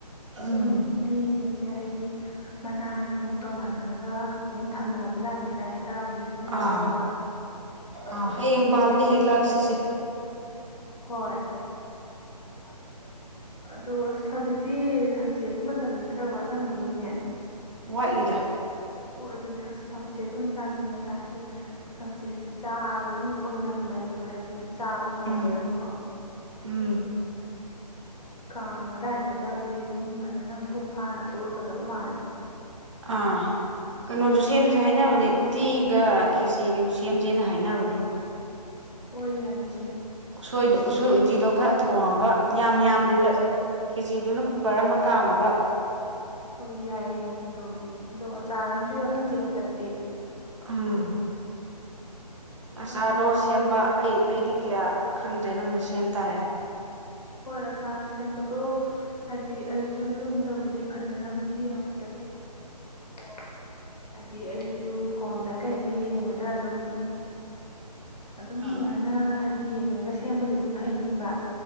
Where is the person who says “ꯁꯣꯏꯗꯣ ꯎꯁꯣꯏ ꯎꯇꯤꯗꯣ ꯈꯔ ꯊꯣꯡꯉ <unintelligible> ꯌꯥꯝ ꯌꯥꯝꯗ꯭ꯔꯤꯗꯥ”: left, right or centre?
Right